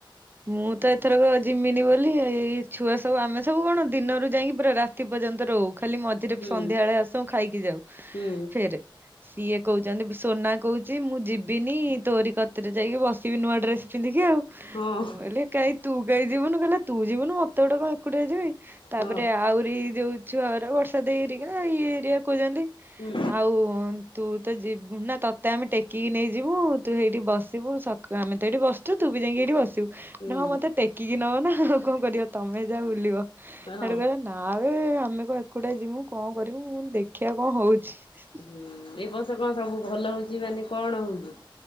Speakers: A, on the right; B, on the left.
A: ମୁଁ ତ ଏଥରକ ଜିମିନି ବୋଲି ଏଇ ଛୁଆ ସବୁ ଆମେ ସବୁ କଣ ଦିନରୁ ଯାଇକି ପୁରା ରାତି ପର୍ଯ୍ୟନ୍ତ ରହୁ ଖାଲି ମଝ୍ ଝିରେ
B: ହୁଁ
A: ସନ୍ଧ୍ୟାବେଳେ ଆସୁ ଖାଇକି ଯାଉ
B: ହୁଁ
A: ଫେରେ। ସିଏ କହୁଚନ୍ତି ସୋନା କହୁଚି ମୁଁ ଯିବିନି ତୋରି କତିରେ ଯାଇକି ବସ୍ ବି ନୂଆ ଡ୍ରେସ ପିନ୍ଧିକି ଆଉ
B: ହଁ
A: ମୁଁ କହିଲି କାଇଁ ତୁ କାଇଁ ଯିବୁନୁ କହିଲା ତୁ ଯିବୁନୁ ମ ଏତେ ବାଟ କଣ ଏକୁଟିଆ ଯିବି? ତାପରେ
B: ହଁ
A: ଆହୁରି ଯଉ ଛୁଆରା ବର୍ଷା ଦେଇ ହେରିକା ଇଏ ହେରିଆ କହୁଚନ୍ତି
B: ହୁଁ
A: ଆଉ ନ୍ ତୁ ତ ଯିବୁ- ନା ତତେ ଆମେ ଟେକିକି ନେଇଯିବୁ ତୁ ହେଇଠି ବସିବୁ ସତ୍ ଆମେ ତ ଏଇଠି ବସିଚୁ ତୁ ବି ଯାଇକି ଏଇଠି ବସିବୁ।
B: ହୁଁ
A: ହଁ- ମତେ ଟେକିକି ନବ ନା ଆଉ କଣ କରିବ ତମେ ଯା ବୁଲିବ
B: ହଁ
A: ହେଡୁ କହିବେ ନା ବେ ଆମେ କଣ ଏକୁଟିଆ ଯିବୁ କଣ କରିବୁ ମୁଁ କହିଲି ଦେଖିଆ କଣ ହଉଚି।
B: ହୁଁ- ଏ ବର୍ଷ କଣ ସବୁ ଭଲ ହଉଚି ମାନେ କଣ ହଉଚି?